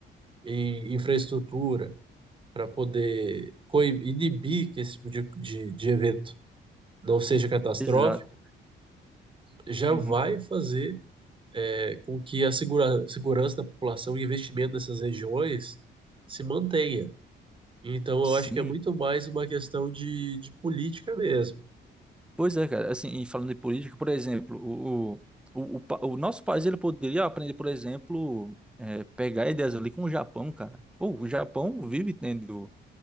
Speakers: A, on the right; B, in the centre.
A: em infraestrutura para poder coib- inibir que esse tipo de, de, de evento não seja catastrófico,
B: Exato.
A: já
B: Uhum.
A: vai fazer é, com que a segura, segurança da população e investimento nessas regiões se mantenha. Então, eu
B: Sim.
A: acho que é muito mais uma questão de, de política mesmo.
B: Pois é, cara. Assim, e falando de política, por exemplo, o, o, o, o pa- o nosso país ele poderia aprender, por exemplo, é, pegar ideias ali com o Japão, cara. Pô, o Japão vive tendo,